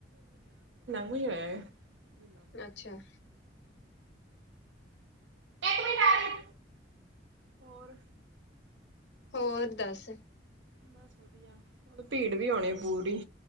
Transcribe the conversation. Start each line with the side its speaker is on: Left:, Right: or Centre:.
Right: ਊ ਈ ਹੋਇਆ। ਇੱਕ
Left: ਅੱਛਾ
Right: ਮਿੰਟ ਆਗੀ, ਹੋਰ
Left: ਹੋਰ ਦੱਸ।
Right: ਬਸ ਵਧੀਆ ਉਹ ਭੀੜ ਵੀ ਹੋਣੀ ਪੂਰੀ।